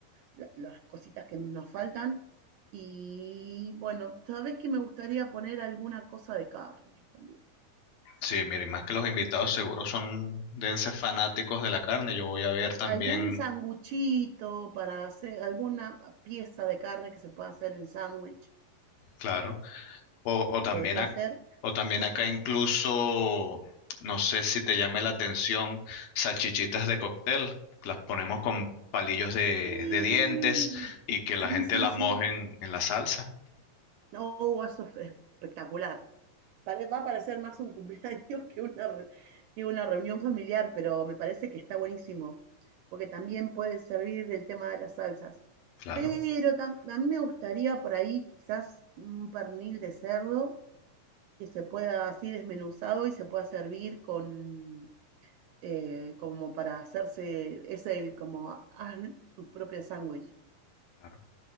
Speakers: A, on the right; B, on the left.
A: la- las cositas que nos faltan. Y bueno, sabes que me gustaría poner alguna cosa de carne también.
B: Sí, mire, más que los invitados seguro son dense fanáticos
A: Sí.
B: de la carne. Yo voy a ver también,
A: Algún sanguchito para hacer, alguna pieza de carne que se pueda hacer en sándwich,
B: claro, o, o también
A: podría
B: ac-
A: ser.
B: o también acá incluso, no sé si te llame la atención, salchichitas de cóctel. Las ponemos con palillos de,
A: Sí,
B: de dientes y que
A: sí,
B: la gente
A: sí,
B: las
A: sí.
B: moje en, en la salsa.
A: No, eso es espectacular. pare- va a parecer más un cumpleaños <laughs> que una, re- que una reunión familiar, pero me parece que está buenísimo, porque también puede servir el tema de las salsas.
B: Claro,
A: Pero tam- a mí me gustaría por ahí quizás un pernil de cerdo que se pueda así desmenuzado y se pueda servir con, eh, como para hacerse, es el como haz tus propios sándwich
B: claro.